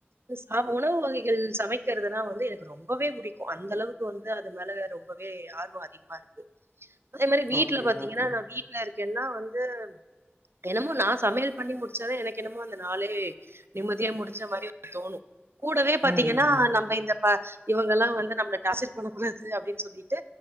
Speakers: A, on the right; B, on the right.
A: சாஉணவு வகைகள் சமைக்கிறதுல்லா வந் வந்து எனக்கு ரொம்பவே புடிக்கு அந்த அளவுக்கு வந்து அது மேல ரொம்பவே ஆர்வோ அதிகமா இருக்கு அதே மாரி வீட்டுல
B: ஓகே,
A: பாத்தீங்கன்னா
B: ஓகே.
A: நா வீட்ல இருக்கேன்னா வந்து என்னமோ நா சமையல் பண்ணி முடிச்சாதா எனக்கு என்னமோ அந்த நாலே நிம்மதியா முடிஞ்ச மாரி இருக் தோணு கூடவே
B: ம்,
A: பாத்தீங்கன்னா
B: ம்,
A: நம்ம இந்த ப்ப இவங்கல்லா வந்து நம்மள டாசர் பண்ண கூடாது அப்டின் சொல்லிட்டு